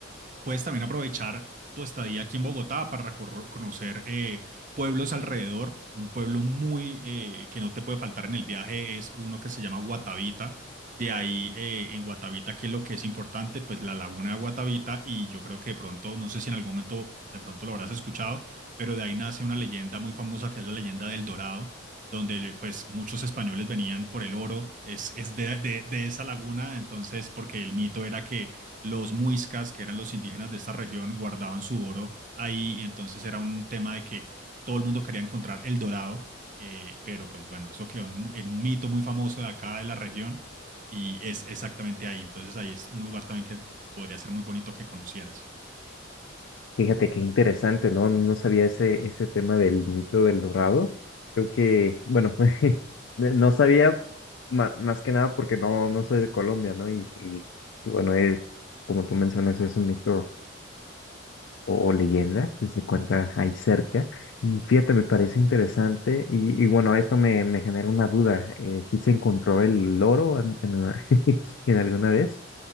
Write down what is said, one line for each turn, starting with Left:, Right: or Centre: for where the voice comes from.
Right: puedes también aprovechar tu estadía aquí en Bogotá para recorro- conocer eh, pueblos alrededor. Un pueblo muy eh, que no te puede faltar en el viaje es uno que se llama Guatavita. De ahí eh, en Guatavita, ¿qué es lo que es importante? Pues la laguna de Guatavita y yo creo que de pronto, no sé si en algún momento de pronto lo habrás escuchado, pero de ahí nace una leyenda muy famosa que es la leyenda del Dorado, donde pues muchos españoles venían por el oro, es, es de, de de esa laguna, entonces porque el mito era que los muiscas, que eran los indígenas de esta región, guardaban su oro ahí y entonces era un tema de que todo el mundo quería encontrar el dorado, eh, pero pues bueno, eso quedó en, en un mito muy famoso de acá de la región y es exactamente ahí. Entonces ahí es un lugar también que podría ser muy bonito que conocieras.
Left: Fíjate qué interesante, ¿no? No sabía ese, ese tema del mito del dorado. Creo que, bueno, <laughs> no no sabía ma- más que nada porque no, no soy de Colombia, ¿no? Y, y, y bueno, eh, como tú mencionas, es un mito o o leyenda que se encuentra ahí cerca. Y fíjate, me parece interesante y, y bueno, esto me, me genera una duda. eh, si se encontró el loro en, en una- <laughs> en alguna vez?